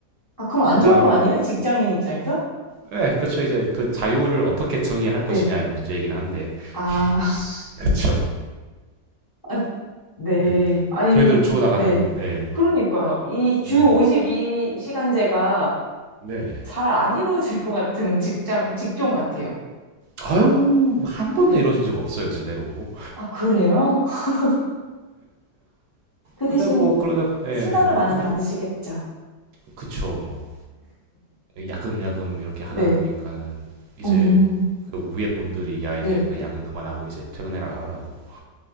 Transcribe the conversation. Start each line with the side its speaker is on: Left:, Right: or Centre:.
Left: 아, 그럼 안
Right: 그
Left: 좋은
Right: 다음에
Left: 거 아니에요? 직장인 입장에서?
Right: 네, 그쵸 이제 그 자유를 어떻게 정의할 것이냐의
Left: 네.
Right: 문제이긴 한데
Left: 아, <laughs>
Right: <laughs> 그쵸
Left: 아, 네.
Right: 네.
Left: 아니,
Right: 저희들은 죽어나가는
Left: 네.
Right: 네.
Left: 그러니까요. 이 주
Right: 네.
Left: 52시간제가
Right: 네.
Left: 잘 안 이루어질 것 같은 직장, 직종 같아요.
Right: 아유 한 번도
Left: 네.
Right: 이루어진 적 없어요 제대로
Left: 아, 그래요? <laughs> 그 대신
Right: 근데 뭐 그러다 예
Left: 수당을 많이
Right: 그
Left: 받으시겠죠?
Right: 그쵸 뭐 야금야금 이렇게 하다
Left: 네.
Right: 보니까는 이제
Left: 음,
Right: 그 위에 분들이 야 이제
Left: 네.
Right: 그 야근 그만하고 이제 퇴근해라라고